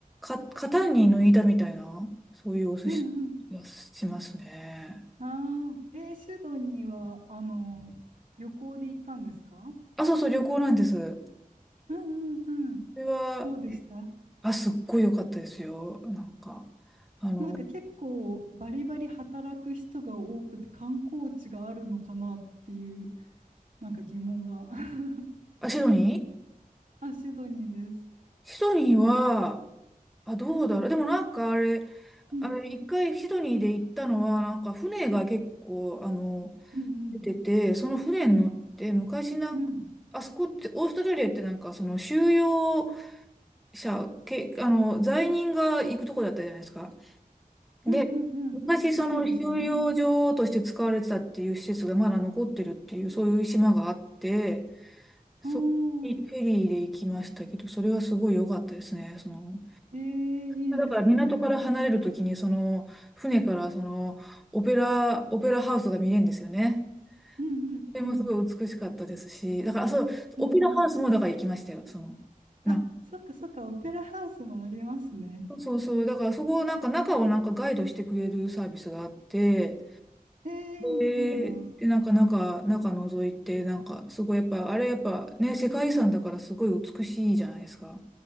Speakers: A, in the centre; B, on the right (about 60°).
A: か、型に抜いたみたいな、そういうお寿司がしますね。
B: うんうん。ああ、えーシドニーは、あの、旅行で行ったんですか
A: あ、そうそう、旅行なんです。こ
B: うんうんうん。
A: れは、
B: どうでした
A: あ、すっごい良かったですよ。なんか、あの、
B: なんか結構バリバリ働く人が多くて観光地があるのかなっていう、なんか疑問が。<laughs>
A: あ、シドニー
B: あ、シドニーです。
A: シドニーは、あ、どうだろう。でもなんかあれ、
B: うんうん。
A: あれ、一回シドニーで行ったのは、なんか船が結構、あの、
B: うんうん。
A: 出てて、その船に乗って、昔なんか、
B: うん。
A: あそこって、オーストラリアってなんか、その収容者、け、あの、罪人が行くとこだったじゃないですか。で、
B: うんうんうん。
A: 昔その収容所として使われてたっていう施設がまだ残ってるっていう、
B: なんかそうですよね。
A: そういう島があって、そこにフェリーで行きましたけど、
B: おー
A: それはすごい良かったですね。その、
B: ええ、いいですね。
A: だから港から離れるときに、その、船からその、オペラ、オペラハウスが見れるんですよね。
B: うんうんうん。
A: それもすごい美しかったですし、だから、あそう、
B: うんうん。
A: オペラハウスもだから行きましたよ、その、な、
B: あ、そっかそっか、オペラハウスもありますね。
A: そうそう、だからそこをなんか中をなんかガイドしてくれるサービスがあって、
B: ええ、
A: で、
B: いいな。
A: でなんか中、中覗いて、なんかすごいやっぱ、あれやっぱね、世界遺産だからすごい美しいじゃないですか。